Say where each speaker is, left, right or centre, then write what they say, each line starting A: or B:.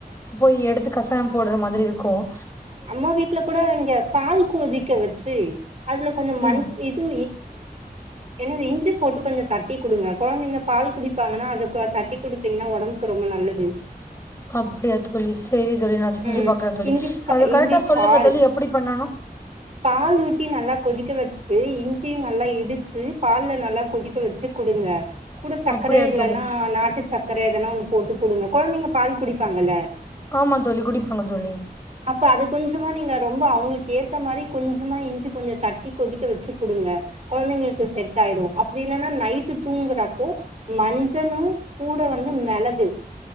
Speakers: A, on the left (about 15°); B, on the right (about 45°).
A: போய் எடுத்து கசாயம் போட்ற மாதிரி இருக்கு க்கும்
B: அம்மா வீட்ல கூட இங்க பால் கொதிக்க வச்சு அதுல கொஞ்சம் மஞ்ச
A: ம்
B: இது என்னது இஞ்சி போட்டு கொஞ்சம் தட்டி கொடுங்க குழந்தைங்க பால் குடிப்பாங்கன்னா அத தட்டி குடுப்பீங்கன்னா உடம்புக்கு ரொம்ப நல்லது
A: அப்படியா தோழி ச செரி சொல்லி நான் செஞ்சு
B: ம்
A: பாக்குறேன் சொல்லி
B: இஞ்சி சா
A: அது
B: இஞ்சி
A: கரெக்டா சொல்லுங்க
B: சாறு
A: தோழி எப்படி பண்ணணும்
B: பால் ஊத்தி நல்லா கொதிக்க வச்சு பே இஞ்சியு நல்லா இடிச்சு பால்ல நல்லா கொதிக்க வச்சு குடுங்க கூட சக்கர
A: அப்படியா
B: இல்லன்னா
A: தோழி
B: நாட்டு சக் வேற எதுனா ஒன்னு போட்டு கொடுங்க கொழந்தைங்க பால் குடிப்பாங்கல்ல
A: ஆமா தோழி குடிப்பாங்க தோழி
B: அப்ப அது கொஞ்சமா நீங்க ரொம்ப அவங்களுக்கு ஏத் த்தமாரி கொஞ்சமா இஞ்சி கொஞ்சம் தட்டி கொதிக்க வச்சு குடுங்க கொழந்தைங்களுக்கு செட் ஆயிடும் அப்டி இல்லைன்னா நைட்டு தூங்குறப்போ மஞ்சளு கூட வந்து மெளகு